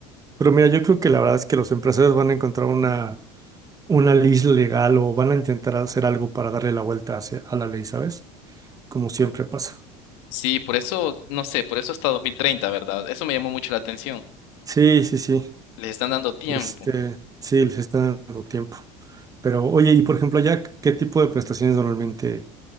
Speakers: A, on the right; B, on the left.
A: Pero mira, yo creo que la verdad es que los empresarios van a encontrar una, una ley legal o van a intentar hacer algo para darle la vuelta hacia, a la ley, ¿sabes? Como siempre pasa.
B: Sí, por eso, no sé, por eso hasta 2030, ¿verdad? Eso me llamó mucho la atención.
A: Sí, sí, sí.
B: Les están dando tiempo.
A: Este, sí, les está dando tiempo. Pero oye, y por ejemplo, allá, ¿qué tipo de prestaciones normalmente